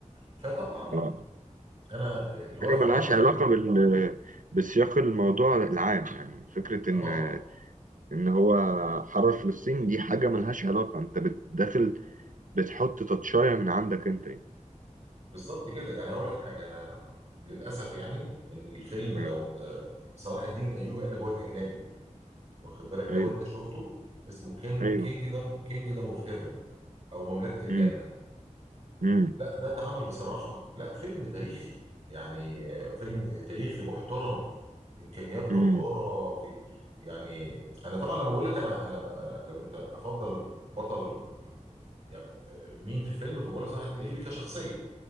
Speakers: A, on the right; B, on the right.
A: فطبعا
B: اه
A: انا اللي واخده
B: حاجه ملهاش
A: على الفيلم
B: علاقه بال بسياق الموضوع العام يعني فكره
A: اه
B: ان ان هو حرر فلسطين دي حاجه ملهاش علاقه انت بت- داخل بتحط تاتشايه من عندك انت يعني.
A: بالظبط كده يعني هقول لك حاجه انا للاسف
B: مم.
A: يعني ان الفيلم لو
B: مم.
A: انت صلاح الدين الايوبي قال هو الاجنبي واخد بالك
B: ايوه
A: لو انت شفته اسمه كينج
B: ايوه
A: كينجدم كينجدم اوف هيفن او مملكه الجنه
B: امم امم
A: لا ده اتعمل بصراحه لا فيلم تاريخي يعني آه، فيلم تاريخي محترم امكانيات جباره
B: امم
A: في يعني انا طبعا لما بقول لك انا انا أنا لو انت افضل بطل يعني آه، مين في فيلم فبقول لك صلاح الدين الايوبي كشخصيه